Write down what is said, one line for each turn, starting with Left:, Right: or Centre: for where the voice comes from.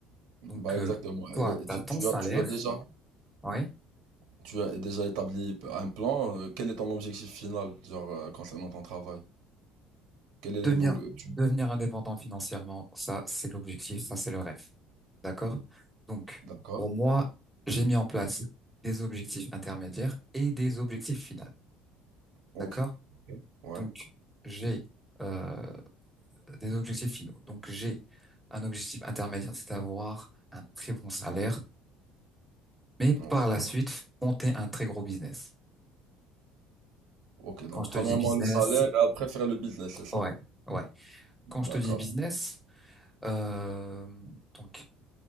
Centre: Donc,
Right: Bah
Centre: euh,
Right: exactement.
Centre: toi,
Right: Et- et
Centre: t'as
Right: tu,
Centre: ton
Right: tu
Centre: salaire,
Right: as, tu as déjà,
Centre: ouais.
Right: tu as déjà établi un plan. euh, Quel est ton objectif final, genre, euh, concernant ton travail? Quel est
Centre: Devenir,
Right: l'évolution?
Centre: devenir indépendant financièrement, ça, c'est l'objectif, ça, c'est le rêve. D'accord? Donc,
Right: D'accord.
Centre: pour moi, j'ai mis en place des objectifs intermédiaires et des objectifs finaux.
Right: Ok.
Centre: D'accord?
Right: Ouais.
Centre: Donc, j'ai euh, des objectifs finaux. Donc, j'ai un objectif intermédiaire, c'est d'avoir un très bon salaire mais par
Right: Ok.
Centre: la suite, monter un très gros business.
Right: Ok. Donc,
Centre: Quand je
Right: premièrement,
Centre: te dis business,
Right: le salaire et après faire le business, c'est ça?
Centre: ouais, ouais. Quand
Right: D'accord.
Centre: je te dis business, euh, donc